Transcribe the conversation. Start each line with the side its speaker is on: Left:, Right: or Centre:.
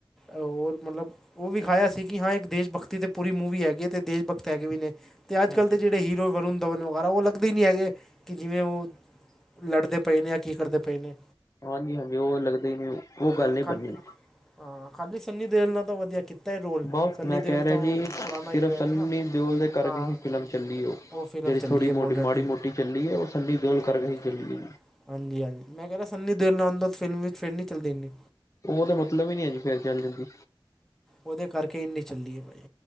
Centre: ਹੋਰ ਮੱਲਬ। ਓ ਵਿਖਾਇਆ ਸੀਂ ਕਿ ਹਾਂ ਇਕ ਦੇਸ਼ ਭਗਤੀ ਤੇ ਪੂਰੀ ਮੂਵੀ ਹੈਗੀ ਐ, ਤੇ ਦੇਸ਼ ਭਗਤ ਹੈਗੇ ਵੀ ਨੇਂ ਅਤੇ ਅੱਜ਼
Left: ਹਾਂਜੀ।
Centre: ਕੱਲ੍ਹ ਦੇ ਜਿਹੜੇ ਹੀਰ। ਹੀਰੋ ਵਰੁਣ ਦਵਨ ਵਗ਼ੈਰਾ ਓ ਲੱਗਦੇ ਈ ਨੀਂ ਹੈਗੇ ਕਿ ਜਿਵੇਂ ਓ। ਲੜਦੇ ਪਏ ਨੇਂ ਯਾ ਕੀ ਕਰਦੇਂ ਪਏ ਨੇਂ।
Left: ਹਾਂਜੀ -ਹਾਂਜੀ ਓ ਲੱਗਦੇ ਈ ਨੀਂ, ਓ ਗੱਲ਼
Centre: ਹਮ,
Left: ਨੀਂ
Centre: ਖਾਲ
Left: ਬਨੀ।
Centre: ਹਾਂ ਖਾਲੀ ਸੰਨੀ ਦਿਓਲ ਨਾ ਤੇ ਵਧੀਆਂ ਕੀਤਾਂ ਐਂ ਰੋਲ,
Left: ਬਹੁਤ
Centre: ਸੰਨੀ
Left: ਮੈਂ
Centre: ਦਿਓਲ
Left: ਕਹਿ ਰਿਹਾ
Centre: ਤਾਂ ਓ
Left: ਜੀ
Centre: ਪੁਰਾਣਾਂ
Left: ਸਿਰਫ
Centre: ਹੀਰੋ ਹੈਗਾ
Left: ਸੰਨੀ
Centre: ਨਾ।
Left: ਦਿਓਲ ਦੇ ਕਰਕੇ
Centre: ਹਾਂ
Left: ਹੀ ਫਿਲਮ ਚੱਲੀਂ ਓ,
Centre: ਉਹ ਫਿਲਮ
Left: ਜਿਹੜੀ
Centre: ਚੱਲੀ
Left: ਥੋੜ੍ਹੀ
Centre: ਹੈ
Left: ਮੋਟੀ
Centre: ਬੋਰਡਰ
Left: ਮਾੜੀ
Centre: ਟੂ
Left: ਮੋਟੀ ਚੱਲੀਂ ਏਂ ਓ ਸੰਨੀ ਦਿਓਲ ਕਰਕੇ
Centre: ਹਾਂਜੀ
Left: ਹੀ ਚੱਲੀਂ।
Centre: ਹਾਂਜੀ- ਹਾਂਜੀ ਮੈਂ ਕਹਿ ਰਿਹਾਂ ਸੰਨੀ ਦਿਓਲ ਨਾ ਹੁੰਦਾਂ ਫ਼ਿਲਮ ਵਿੱਚ ਫ਼ਿਰ ਨੀਂ ਚੱਲਦੀ ਏਨੀਂ।
Left: ਓ ਤੇ ਮੱਤਲਬ ਈ ਨੀ ਹੈਂ ਜੀ ਫ਼ੇਰ ਚੱਲ ਜਾਂਦੀ।
Centre: ਓਦੇ ਕਰਕੇ ਏਨੀਂ ਚੱਲੀਂ ਏ ਬਾਈ।